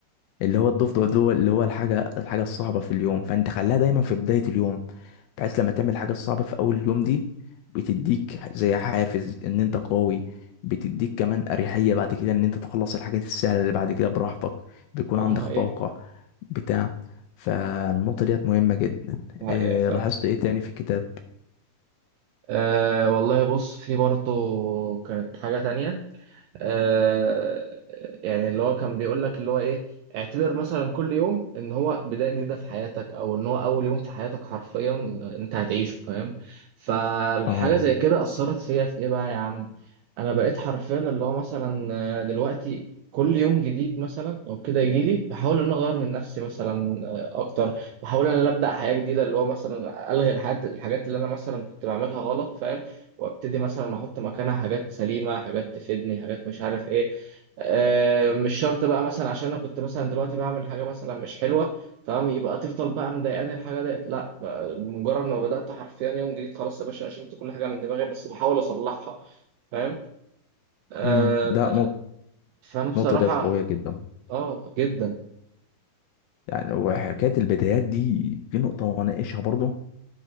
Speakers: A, on the left (about 80°); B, on the right (about 85°).
A: اللي هو الضفدع ده هو- اللي هو الحاجة الحاجة الصعبة في اليوم فانت خليها دايما في بداية اليوم بحيث لما تعمل الحاجة الصعبة في أول اليوم دي بتديك زي حافز إن أنت قوي بتديك كمان أريحية بعد كده إن أنت تخلص الحاجات السهلة اللي بعد كده براحتك بيكون
B: أه
A: عندك
B: ده حقيقة
A: طاقة بتاع فالنقطة ديت مهمة جدا
B: ده حقيقة
A: إيه
B: فعلا
A: لاحظت إيه تاني في الكتاب؟
B: أه والله بص في برضه كانت حاجة تانية آه، يعني اللي هو كان بيقول لك اللي هو ايه اعتبر مثلا كل يوم ان هو بداية جديدة في حياتك او ان هو اول يوم في حياتك حرفيا انت هتعيشه فاهم فالحاجة
A: آه
B: زي كده اثرت فيا في ايه بقى يا عم انا بقيت حرفيا اللي هو مثلا آه، دلوقتي كل يوم جديد مثلا او كده يجي لي بحاول ان أنا اغير من نفسي مثلا آه، اكتر بحاول ان انا ابدا حياه جديده اللي هو مثلا الغي الحاجات الحاجات اللي انا مثلا كنت بعملها غلط فاهم وابتدي مثلا احط مكانها حاجات سليمه حاجات تفيدني حاجات مش عارف ايه آه، مش شرط بقى مثلا عشان انا كنت مثلا دلوقتي بعمل حاجه مثلا مش حلوه تمام يبقى تفضل بقى مضايقاني الحاجه ديت لا بقى مجرد ما بدات حرفيا يوم جديد خلاص يا باشا أنا شلت كل حاجه من دماغي بس بحاول اصلحها فاهم آه
A: امم ده نقطة
B: فانا بصراحه
A: النقطة ديت قوية جدا
B: اه جدا
A: يعني وحكاية البدايات دي في نقطة وأناقشها برضه